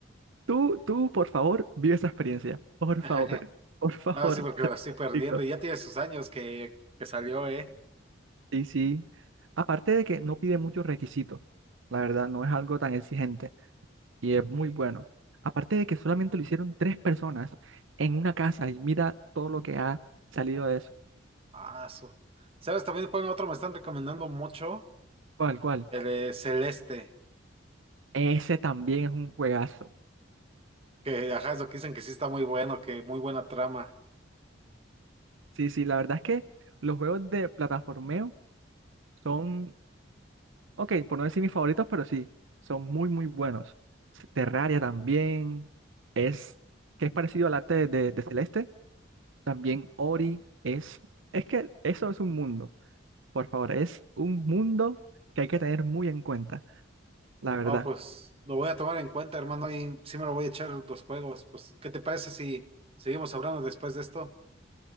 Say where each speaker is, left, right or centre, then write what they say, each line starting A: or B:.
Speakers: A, on the right; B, on the right.
A: tú, tú, por favor, vive esa experiencia. Por
B: <laughs>
A: favor, <laughs> por favor,
B: No, sí, porque
A: te
B: lo
A: lo
B: estoy perdiendo
A: explico.
B: y ya tiene sus años que, que salió, ¿eh?
A: Sí, sí. Aparte de que no pide muchos requisitos, la verdad, no es algo tan exigente y es muy bueno. Aparte de que solamente lo hicieron tres personas en una casa y mira todo lo que ha salido de eso.
B: Ah, su. ¿Sabes también cuál otro me están recomendando mucho?
A: ¿Cuál, cuál?
B: El de Celeste,
A: Ese también es un juegazo.
B: que ajá, es lo que dicen que sí está muy bueno, que muy buena trama.
A: Sí, sí, la verdad es que los juegos de plataformeo Son, ok, por no decir mis favoritos, pero sí, son muy, muy buenos. S- Terraria también es, que es parecido al arte de, de Celeste. También Ori es, es que eso es un mundo, por favor, es un mundo que hay que tener muy en cuenta, la verdad.
B: Ah, pues lo voy a tomar en cuenta, hermano, y sí me lo voy a echar los juegos. Pues, ¿qué te parece si seguimos hablando después de esto?